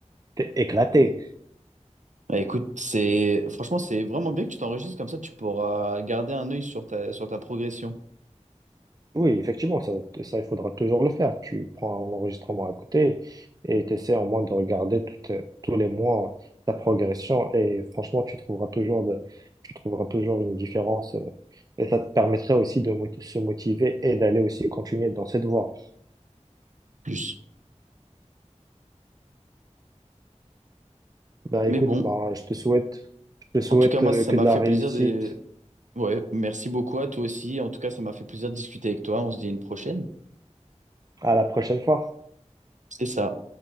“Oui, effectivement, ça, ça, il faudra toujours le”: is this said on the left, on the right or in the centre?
Right